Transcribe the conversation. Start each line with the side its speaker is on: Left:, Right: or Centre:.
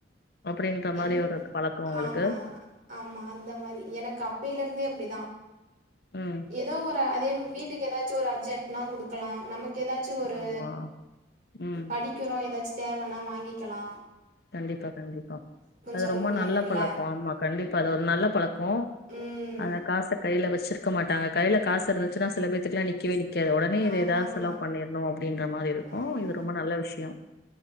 Left: அப்புடின்ற மாரி
Right: என்
Left: ஒரு பழக்கோ உங்குளுக்கு
Right: ஆமா ஆமா அந்த மாரி எனக்கு அப்பையிலருந்தே அப்டிதா
Left: ம்
Right: ஏதோ ஒரு அதேம் வீட்டுக்கு ஏதாச்சு ஒரு அர்ஜெட்னா குடுக் க்குலா நமக் ஏதாச்சு ஒரு
Left: ஆமா ம்
Right: படிக்கிறோ ஏதாச்சு தேவ னா வாங்கிக்கிலா
Left: கண்டிப்பா கண்டிப்பா அது
Right: சொல்ல
Left: ரொம்ப
Right: முடியாதுங்கள
Left: நல்ல பழக்கொ ஆமா கண்டிப்பா அது ஒரு நல்ல பழக்கொ
Right: ம்
Left: அத காச கைல வச் சிர்க்க மாட்டாங்க கைல காசு இருந்துச்சுனா சில பேத்துக்குலா நிக்கெவே நிக் காது ஒடனே இத
Right: ஆமாமா
Left: எதாவ்து செலவ் பண்ணிர்ணு அப்டின்ற மாரி இருக்கு
Right: ஆமாமா
Left: இது ரொம்ப நல்ல விஷயொ